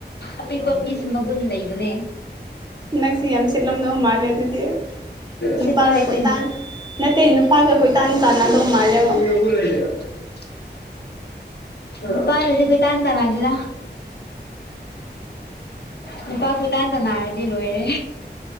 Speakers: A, on the left (about 65°); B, on the right (about 25°).
A: ꯑꯄꯤꯛꯄ ꯃꯤꯁꯦ ꯃꯒꯨꯟ ꯂꯩꯕꯅꯦ
B: ꯅꯪꯁꯤ ꯌꯥꯝ ꯆꯤꯠꯂꯝꯗꯧ ꯃꯥꯜꯂꯦ ꯂꯦ ꯑꯗꯨꯗꯤ ꯅꯨꯄꯥꯒ
A: ꯁꯤꯠꯄ ꯍꯥꯏꯁꯦ
B: ꯀꯣꯏꯇꯥꯟ ꯅꯠꯇꯦ ꯅꯨꯄꯥꯒ ꯀꯣꯏ ꯇꯥꯟ ꯇꯥꯟꯅꯗꯣ ꯃꯥꯜꯂꯦꯕ
A: <unintelligible> ꯅꯨꯄꯥꯥꯅꯗꯤ ꯀꯣꯏꯇꯥꯟ ꯇꯥꯟꯅꯗꯦꯗ ꯅꯨꯄꯥ ꯀꯣꯏꯇꯥꯟ ꯇꯥꯟꯅꯥꯔꯗꯤ ꯂꯣꯏꯔꯦ